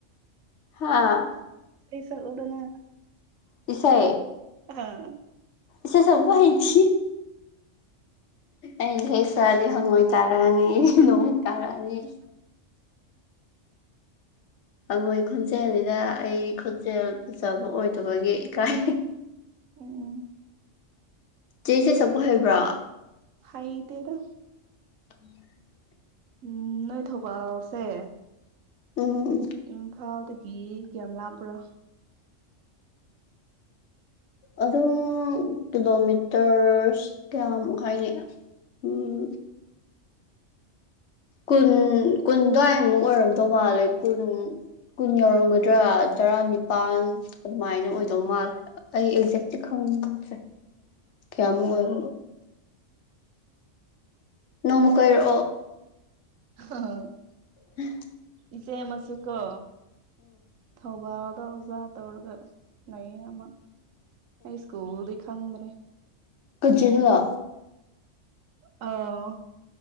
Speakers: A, on the left; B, on the right.
A: ꯍꯥꯥ
B: ꯑꯩꯁ ꯑꯣ ꯑꯗꯨꯅ
A: ꯄꯤꯁ
B: ꯑꯥ
A: ꯁꯤ ꯁꯕꯨ ꯍꯩꯁꯤ ꯑꯩꯈ ꯁꯔꯗꯤ ꯍꯪꯉꯣꯏ ꯇꯥꯔꯅꯤ ꯂꯣꯡ ꯇꯥꯔꯅꯤ ꯑꯩꯈꯣꯏ ꯈꯨꯣꯟꯖꯦꯜꯅꯤꯗ ꯑꯩ ꯈꯨꯣꯟꯖꯦꯜ ꯐꯖꯕ ꯑꯣꯏꯗꯕꯒꯤ ꯏꯀꯥꯏ
B: ꯎꯝ
A: ꯆꯦꯁꯦ ꯑꯣꯏꯍꯩꯕ꯭ꯔꯥ
B: ꯍꯥꯏꯗꯦꯗ
A: ꯎꯝ
B: ꯎꯝ ꯅꯣꯏ ꯊꯧꯕꯥꯜꯁꯦ
A: ꯎꯝ
B: ꯏꯝꯐꯥꯜꯗꯒꯤ ꯀꯌꯥꯝ ꯂꯥꯞꯄ꯭ꯔꯥ
A: ꯑꯗꯨꯝ ꯀꯤꯂꯣꯃꯤꯇꯔꯁ ꯀꯌꯥꯃꯨꯛ ꯍꯥꯏꯅꯤ ꯎꯝ ꯀꯨꯟ ꯀꯨꯟ ꯑꯗꯨꯋꯥꯏꯃꯨꯛ ꯑꯣꯏꯔꯝꯗꯧ ꯃꯥꯜꯂꯦ ꯀꯨꯟ ꯀꯨꯟ ꯌꯧꯔꯝꯒꯗ꯭ꯔꯥ ꯇꯔꯥ ꯅꯤꯄꯥꯜ ꯑꯗꯨꯃꯥꯏꯅ ꯑꯣꯏꯗꯧ ꯃꯥꯜꯂꯦ ꯑꯩ ꯑꯦꯛꯖꯦꯂꯤ ꯈꯪꯅꯤꯡꯁꯦ ꯀꯌꯥꯃꯨꯛ ꯑꯣꯏ ꯅꯣꯡꯃ ꯀ ꯑꯣꯏꯔ
B: ꯍꯥꯎ
A: ꯎꯝ
B: ꯏꯆꯦ ꯑꯃꯁꯨ ꯀꯣ ꯊꯧꯕꯥꯥꯛ ꯑꯣꯗ ꯑꯣꯖꯥ ꯇꯧꯔꯒ ꯅ ꯑꯃꯃ ꯑꯩ ꯁ꯭ꯀꯨꯜꯗꯤ ꯈꯪꯗ꯭ꯔꯦ
A: ꯈꯖꯂꯥ
B: ꯑ